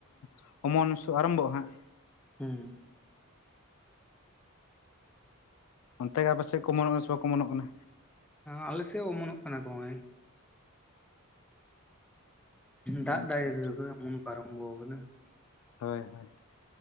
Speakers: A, on the left; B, in the centre.
A: ᱮᱼᱼ ᱚᱢᱚᱱ ᱠᱚ ᱟᱨᱟᱢᱵᱷᱚᱜᱼᱟ ᱦᱟᱸᱜ ᱾
B: ᱦᱩᱸ ᱾
A: ᱚᱱᱛᱮ ᱜᱮ ᱟᱯᱮ ᱥᱮᱫ ᱠᱚ ᱚᱢᱚᱱᱚᱜ ᱠᱟᱱᱟ ᱥᱮ ᱵᱟᱠᱚ ᱚᱢᱚᱱᱚᱜ ᱠᱟᱱᱟ?
B: ᱟᱞᱮ ᱥᱮᱫ ᱚᱢᱚᱱᱚᱜ ᱠᱟᱱᱟ ᱠᱚ ᱾ ᱫᱟᱜ
A: ᱟᱪᱪᱷᱟ
B: ᱫᱟᱭ
A: ᱟᱪᱪᱷᱟ
B: ᱮᱢᱚᱱ ᱠᱟᱨᱚᱢ <unintelligible> ᱠᱟᱱᱟ ᱾
A: ᱦᱳᱭ ᱦᱳᱭ ᱾